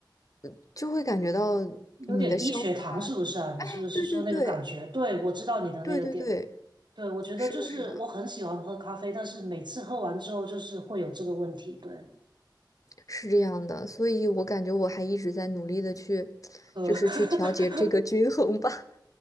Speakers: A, on the left; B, on the right.
A: 呃就会感觉到
B: 有点低血糖，
A: 你的消化，
B: 是不是啊？
A: 哎，
B: 你是不是说那个感觉？
A: 对对对
B: 对，我知道你的那个点。
A: 对对对，
B: 对，我觉得就是我很喜欢喝咖啡，
A: 是的，是的。
B: 但是每次喝完之后就是会有这个问题，对，
A: 是这样的，所以我感觉我还一直在努力的去，
B: 喝
A: 就是去调节这个均衡吧。
B: <laughs>
A: <laughs>